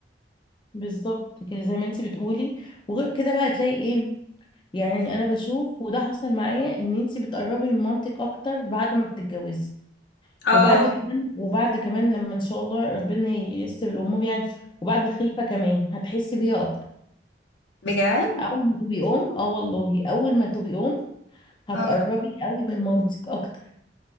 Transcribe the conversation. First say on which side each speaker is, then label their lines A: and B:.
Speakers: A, on the left; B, on the left.
A: بالظبط كده زي ما انت بتقولي وغير كده بقى تلاقي ايه يعني انا بشوف وده حصل معايا ان انتي بتقربي من مامتك اكتر بعد ما بتتجوزي
B: اه
A: وبعد كمان وبعد كمان لما ان شاء الله ربنا ييسر الامور يعني وبعد الخلفه كمان هتحسي بيها اكتر
B: بجد
A: اول ما تبقي ام اه والله اول ما تبقي ام هتقربي
B: اه
A: قوي من مامتك اكتر